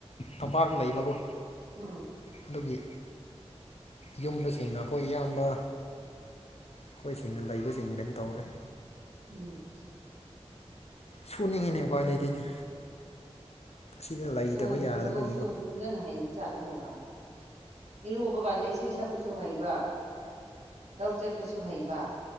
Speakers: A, on the left; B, on the right.
A: ꯇꯝꯄꯥꯛꯇ ꯂꯩꯕꯀꯣ
B: ꯎꯝ
A: ꯑꯗꯨꯒꯤ ꯌꯨꯝꯗ ꯁꯦꯡꯅ ꯑꯩꯈꯣꯏ ꯏꯌꯥꯝꯕ ꯑꯩꯈꯣꯏꯁꯤꯡꯅ ꯂꯩꯕꯁꯤꯡꯅ ꯀꯩꯅ ꯇꯧꯔꯦ
B: ꯎꯝ
A: ꯁꯨꯅꯤꯡꯉꯤꯅꯦ ꯎꯄꯥꯏ ꯂꯩꯇꯦꯅꯦ ꯑꯁꯤꯗ ꯂꯩꯇꯕ
B: ꯁꯨꯕꯁꯤ
A: ꯌꯥꯗꯕꯒꯤꯀꯣ
B: ꯊꯕꯛ ꯁꯨꯕꯁꯨ ꯐꯖꯅ ꯍꯩꯕ ꯆꯥꯛꯅꯦꯕ ꯏꯔꯨꯕ ꯀꯥꯟꯗ ꯏꯁꯩ ꯁꯛꯄꯁꯨ ꯍꯩꯕ ꯂꯧ ꯆꯠ ꯄꯁꯨ ꯍꯩꯕ